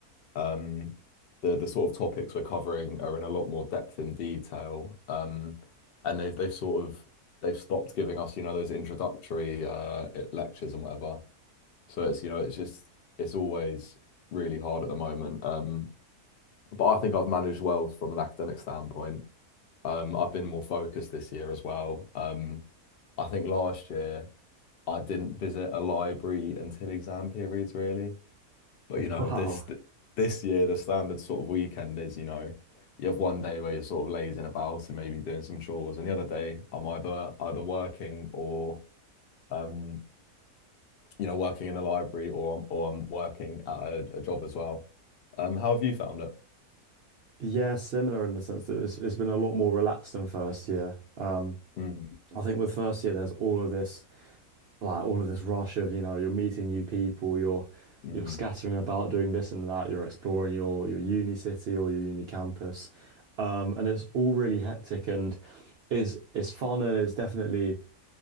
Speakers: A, on the left (about 75°); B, on the right (about 80°).
A: Um, the the sort of topics we're covering are in a lot more depth and detail, um, and they've they've sort of they've stopped giving us, you know, those introductory uh, lectures and whatever. So it's you know it's just it's always really hard at the moment. Um, but I think I've managed well from an academic standpoint. Um, I've been more focused this year as well. Um, I think last year I didn't visit a library until exam periods, really. But you know,
B: Wow.
A: this th- this year the standard sort of weekend is, you know, you have one day where you're sort of lazing about and maybe doing some chores, and the other day I'm either either working or um, you know, working in a library or I'm, or I'm working at a, a job as well. Um, how have you found it?
B: Yeah, similar in the sense that it's, it's been a lot more relaxed than first year. Um,
A: Mm,
B: I think with first year, there's all of this. like all of this rush of, you know, you're meeting new people, you're
A: mm,
B: you're scattering about doing this and that, you're exploring your your uni city or your uni campus. Um, and it's all really hectic and is it's it's fun and it's definitely